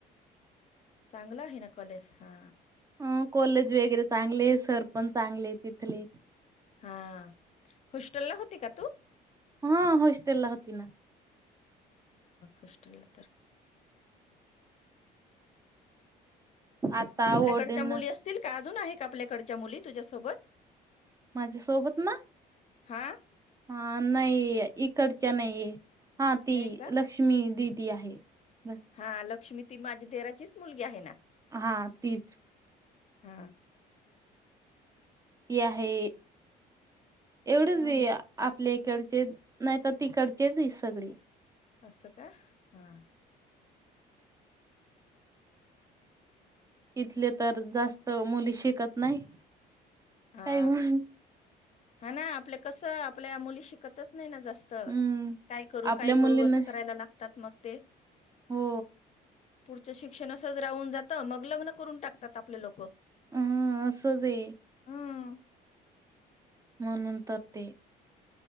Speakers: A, on the left; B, on the right.
A: चांगला आहे. ना कॉलेज हा
B: अ कॉलेज वगैरे चांगले आहे. सरपंच चांगले तिथले,
A: हा होशटेल ला होती का तू,
B: हा हस्टेल ला होती.
A: होस्टेलला तर
B: आता
A: आपल्याकडच्या
B: ओडेन
A: मुली असतील का, अजून आहे का आपल्याकडच्या मुली तुझ्यासोबत?
B: माझ्या सोबत ना
A: हा
B: हा नाही इकडच्या नाही आहे. हां ती
A: नाही का
B: लक्ष्मी दि ती आहे. बस
A: हा लक्ष्मी ती माझी दिराचीच मुलगी आहे ना.
B: हा तीच
A: ह
B: ती आहे. एवढंच
A: हा,
B: आहे आपल्या इकडचे नाही तर तिकडचेच आहे सगळी.
A: असच का हा
B: इथले तर जास्त मुली शिकत नाही.
A: हा
B: काही म्हणून
A: हा ना आपलं कस आपल्या मुली शिकतच नाही ना जास्त
B: हम्म.
A: काय करू
B: आपल्या
A: काय
B: मुलींना
A: करू असं करायला लागत. त्यात मग ते
B: हो
A: पुढचं शिक्षण असंच राहून जातं मग लग्न करून टाकात आपले लोक.
B: हम् असं ते
A: हम
B: म्हणून तर ते